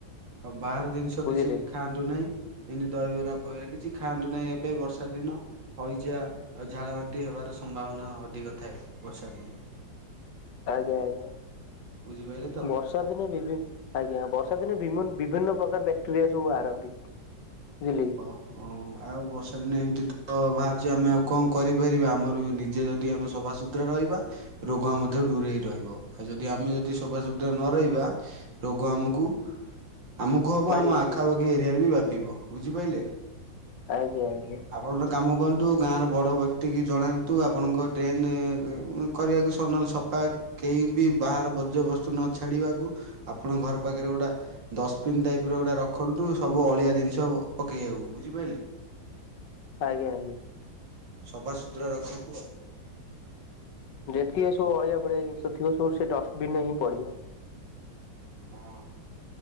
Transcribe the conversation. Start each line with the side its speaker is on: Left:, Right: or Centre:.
Right: ଆଉ ବାହାର ଜିନିଷ
Left: ବୁଝିଲେ
Right: କିଛି ବି
Left: କି
Right: ଖାଆ ନ୍ତୁ ନାହିଁ ଏମତି ଦହିବରା କିଛି ଖାଆନ୍ତୁ ନାହିଁ ଏବେ ବର୍ଷା ଦିନ। ହଇଚା ଆଉ ଝାଳ ବାନ୍ତି ହେବାର ସମ୍ଭାବନା ଅଧିକ ଥାଏ ବର୍ଷା ଦିନେ।
Left: ଆଜ୍ଞା ଆଜ୍ଞା
Right: ବୁଝିପାରିଲେ ତ?
Left: ବର୍ଷ ବର୍ଷା ଦିନେ ବିଭି ଆଜ୍ଞା ବର୍ଷା ଦିନେ ବିମ ବିଭିନ୍ନ ପ୍ରକାର ବ୍ୟାକ୍ଟେରିଆ ସବୁ ବାହାରନ୍ତି। ବୁଝିଲି।
Right: ଓହ ଆଉ ବର୍ଷା ଦିନେ ଏମିତି ତ ବାହାରିଛି ଆମେ ଆଉ କଣ କରିପାରିବା ଆମର ନିଜେ ଯଦି ଆମେ ସଫାସୁତୁର ତୁରା ରହିବା ରୋଗ ମଧ୍ୟ ଦୂରେଇ ରହିବ ଆଉ ଯଦି ଆମେ ଯଦି ସଫା ସୁୁତୁରା ନ ରହିବା। ରୋଗ ଆମକୁ ଆମକୁ ହେବ
Left: ମାଡି
Right: ଆମ
Left: ବସିବ
Right: ଆଖାପାଖି ଏରିଆରେ ବି ବ୍ୟାପିବ ବୁଝିପାରିଲେ।
Left: ଆଜ୍ଞା ଆଜ୍ଞା।
Right: ଆପଣଙ୍କ କାମ କରନ୍ତୁ ଗାଁର ବଡ଼ ବ୍ୟକ୍ତି କି ଜଣାନ୍ତୁ ଆପଣଙ୍କ ଡ୍ରେନରେ କରିବାକୁ ସନଲ ସଫା କେହି ବି ବାହାର ବର୍ଜ୍ୟବସ୍ତୁ ନ ଛାଡ଼ିବାକୁ। ଆପଣ ଘର ପାଖରେ ଗୋଟେ ଡଷ୍ଟବିନ୍ ଟାଇପର ଗୋଟା ରଖନ୍ତୁ। ସବୁ ଅଳିଆ ଜିନିଷ ପକେଇବାକୁ ବୁଝିପାରିଲେ।
Left: ଆଜ୍ଞା ଆଜ୍ଞା।
Right: ସଫାସୁତୁରା ରଖନ୍ତୁ ଆଉ।
Left: ଯେତିକି ସବୁ ଅଳିଆ ଭଳିଆ ଜିନିଷ ଥିବ ସବୁ ସେ ଡଷ୍ଟବିନ ରେ ହିଁ ପଡିବ।
Right: ହଁ